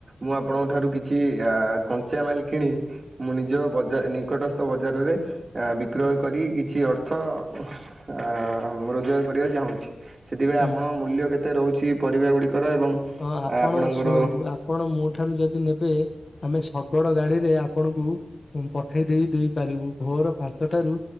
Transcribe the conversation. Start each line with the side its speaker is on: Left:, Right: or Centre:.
Right: ମୁଁ ଆପଣଙ୍କ ଠାରୁ କିଛି ଆଁ କଞ୍ଚା ମାଲ କିଣିବି। ମୁଁ ନିଜ
Left: ହୁଁ
Right: ବଜାର ନିକଟସ୍ଥ ବଜାରରେ ବିକ୍ରୟ
Left: ହଁ
Right: କରି କିଛି ଅର୍ଥ ଅର୍ଥ ଅଁ ରୋଜଗାର କରିବାକୁ ଚାହୁଁଛି। ସେଥିପାଇଁ
Left: ହୁଁ।
Right: ଆପଣ ମୂଲ୍ୟ କେତେ? କେତେ ରହୁଛି? ପରିବା ଗୁଡ଼ିକର ଏବଂ
Left: ହଁ ଆପଣ
Right: ଆ, ଆପଣଙ୍କର
Left: ଶୁଣନ୍ତୁ ଆପଣ ମୋ ଠାରୁ ଯଦି ନେବେ। ଆମେ ଶଗଡ ଗାଡିରେ ଆପଣଙ୍କୁ ପଠେଇ ଦେଇ ଦେଇ ପାରିବୁ। ଭୋର ପାଞ୍ଚଟାରୁ